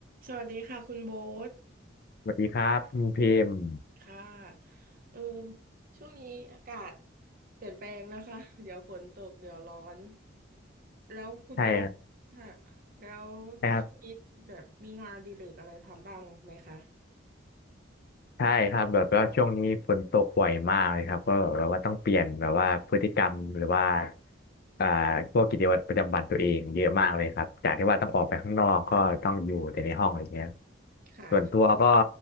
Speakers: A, on the right; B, on the left.
A: สวัสดีค่ะคุณโบ๊ท
B: สวัสดีครับคุณพิมพ์
A: ค่ะเออช่วงนี้อากาศเปลี่ยนแปลงนะคะเดี๋ยวฝนตกเดี๋ยวร้อนแล้วคุณโบ๊ท
B: ใช่ครับ
A: ค่ะแล้ว
B: ใช่ครับ
A: ช่วงนี้แบบมีงานอดีเลกอะไรทำบ้างไหมคะ
B: ใช่ครับแบบว่าช่วงนี้ฝนตกบ่อยมากเลยครับก็แบบว่าต้องเปลี่ยนแบบว่าพฤติกรรมหรือว่าอ่าพวกกิจวัตรประจำวันตัวเองเยอะมากเลยครับจากที่ว่าต้องออกไปข้างนอกก็ต้องอยู่แต่ในห้องอะไรเงี้ย
A: ค่ะ
B: ส่วนตัวก็